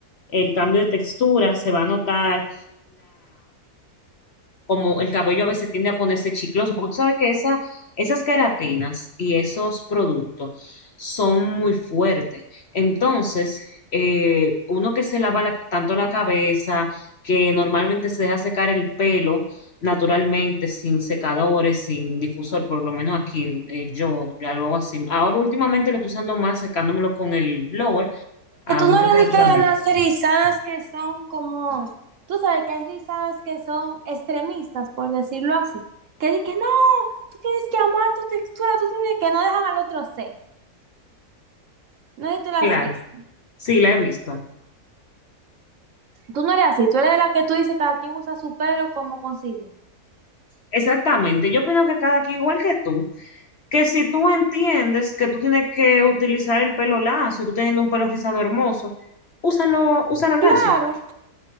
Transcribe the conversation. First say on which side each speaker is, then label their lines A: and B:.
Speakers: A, on the left; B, on the right.
A: el cambio de textura, se va a notar como el cabello a veces tiende a ponerse chicloso, porque tú sabes que esa, esas queratinas y esos productos son muy fuertes. Entonces, eh, uno que se lava la- tanto la cabeza, que normalmente se deja secar el pelo naturalmente, sin secadores, sin difusor, por lo menos aquí eh, yo, yo lo hago así. Ahora últimamente lo estoy usando más secándomelo con el blower
B: Que
A: a
B: tú
A: una
B: no
A: temperatura
B: eres de que
A: media.
B: de las rizadas que son como, tú sabes que hay rizadas que son extremistas, por decirlo así, que di que no, tú tienes que amar tu textura, tú tienes que no dejan al otro ser. No sé si tú las
A: Claro,
B: has visto.
A: sí, la he visto.
B: Tú no eres así, tú eres la que tú dices, cada quien usa su pelo como considere.
A: Exactamente, yo opino que cada quien, igual que tú, que si tú entiendes que tú tienes que utilizar el pelo lacio, y tú teniendo un pelo rizado hermoso, úsalo, úsalo lacio.
B: Claro,